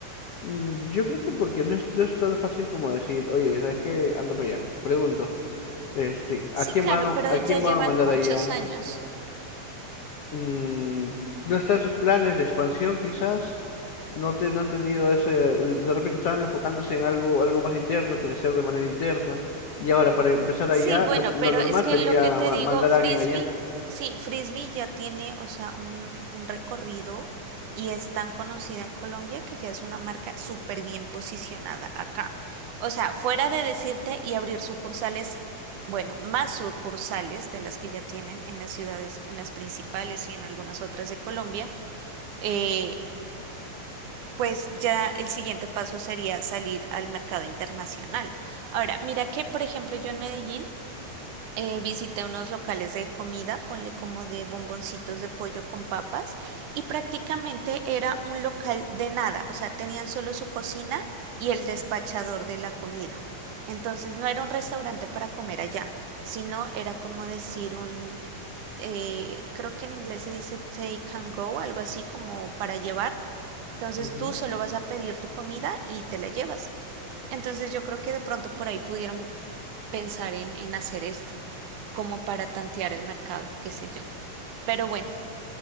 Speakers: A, on the left (about 70°); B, on the right (about 70°).
A: Mm, Yo creo que porque no es, no es tan fácil como decir, oye, ¿sabes qué? Anda para allá. Pregunto, este,
B: Sí,
A: ¿a quién
B: claro,
A: van a,
B: pero
A: a
B: ya
A: quién
B: llevan
A: van a mandar
B: muchos
A: allá?
B: años.
A: Mm, no está en sus planes de expansión, quizás. No, te- no han tenido ese. De repente estaban enfocándose en algo, algo más interno, crecer de manera interna. Y ahora, para empezar
B: Sí,
A: allá,
B: bueno,
A: lo, lo
B: pero
A: normal
B: es que
A: sería
B: lo que te
A: ma-
B: digo,
A: mandar
B: Frisbee,
A: a alguien allá.
B: sí, Frisbee ya tiene, o sea, un, un recorrido y es tan conocida en Colombia que ya es una marca súper bien posicionada acá. O sea, fuera de decirte y abrir sucursales, bueno, más sucursales de las que ya tienen en las ciudades, en las principales y en algunas otras de Colombia, eh, pues ya el siguiente paso sería salir al mercado internacional. Ahora, mira que, por ejemplo, yo en Medellín, eh, visité unos locales de comida, ponle como de bomboncitos de pollo con papas, y prácticamente era un local de nada, o sea, tenían solo su cocina y el despachador de la comida. Entonces no era un restaurante para comer allá, sino era como decir un, eh, creo que en inglés se dice take and go, algo así como para llevar. Entonces
A: Ujú,
B: tú solo vas a pedir tu comida y te la llevas. Entonces yo creo que de pronto por ahí pudieron pensar en, en hacer esto, como para tantear el mercado, qué sé yo. Pero bueno,